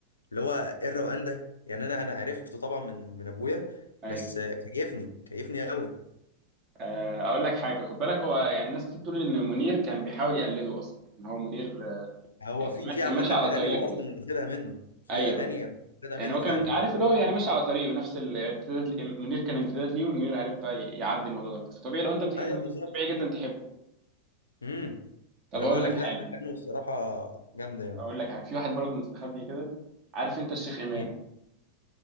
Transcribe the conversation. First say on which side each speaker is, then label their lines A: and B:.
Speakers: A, on the left; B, on the right.
A: اللي هو ايه الروقان ده يعني انا انا عرفته طبعا من من ابويا
B: ايوه
A: بس كيفني كيفني قوي
B: آه، اقول لك حاجه خد بالك هو يعني الناس كتير بتقول ان منير كان بيحاول يقلده اصلا ان هو منير آه،
A: هو
B: يعني
A: في
B: كان
A: في
B: كان
A: عامه
B: ماشي
A: اغاني
B: على طريقه
A: هو اصلا
B: يعني
A: واخدها منه في
B: ايوه
A: اغاني
B: أيوه.
A: هو واخدها
B: يعني
A: منه
B: هو
A: فعلا
B: كان عارف اللي هو يعني ماشي على طريقه نفس الامتداد منير كان امتداد ليه ومنير عارف بقى ي- يعدي الموضوع ده فطبيعي لو انت بتحبه
A: ايوه
B: منير،
A: بالظبط
B: طبيعي جدا تحبه
A: امم
B: طب
A: انا
B: هقول
A: بقول
B: لك
A: لك
B: حاجه
A: لا اغانيه الصراحه جامده يعني
B: اقول لك حاجه في واحد برضه مستخبي كده عارف انت الشيخ امام
A: مين